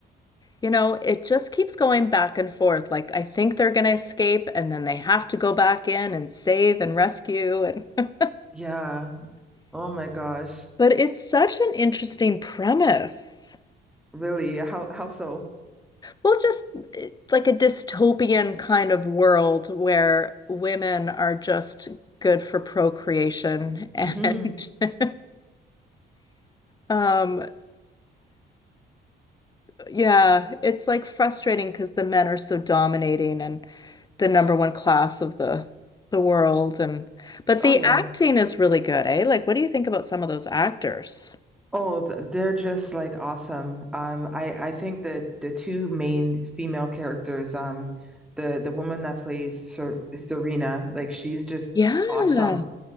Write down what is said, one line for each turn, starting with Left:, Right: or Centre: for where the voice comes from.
Left: you know, it just keeps going back and forth. Like, I think they're gonna escape, and then they have to go back in and save and rescue. And
Centre: Yeah. Oh my gosh.
Left: <laughs> but it's such an interesting premise.
Centre: Really? How how so?
Left: Well, just it's like a dystopian kind of world where women are just good for procreation and
Centre: Mm-hmm.
Left: <laughs> Um, yeah, it's like frustrating because the men are so dominating and the number one class of the the world and but
Centre: Oh
Left: the
Centre: yeah.
Left: acting is really good, eh? Like, what do you think about some of those actors?
Centre: Oh, th- they're just like awesome. Um, I I think that the two main female characters, um, the the woman that plays Ser Serena, like she's just
Left: Yeah.
Centre: awesome.